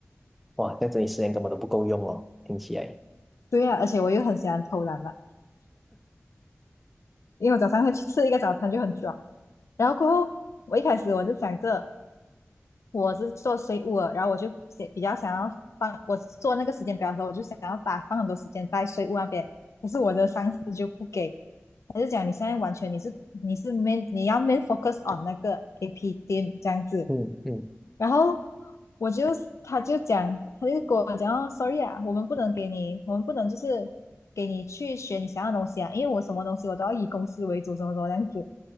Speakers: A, in the centre; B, on the left.
A: 哇，这样子你时间根本都不够用哦，听起来。
B: 对啊，而且我又很喜欢偷懒嘛，因为我早上会去吃一个早餐就很爽。然后过后，我一开始我就想着。我是做税务的，然后我就写比较想要放我做那个时间表的时候，我就想要把放很多时间在税务那边，可是我的上司就不给，他就讲你现在完全你是你是没你要没 focus on 那个 AP team 这样子，
A: 嗯嗯，
B: 然后我就他就讲他就跟我讲哦，sorry 啊，我们不能给你，我们不能就是给你去学你想要的东西啊，因为我什么东西我都要以公司为主，什么什么这样子，